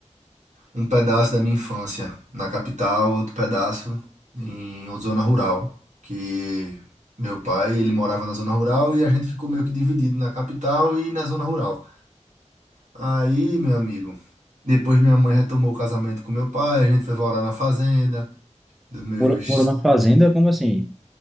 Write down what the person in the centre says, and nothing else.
Morou, tu morou numa fazenda? Como assim?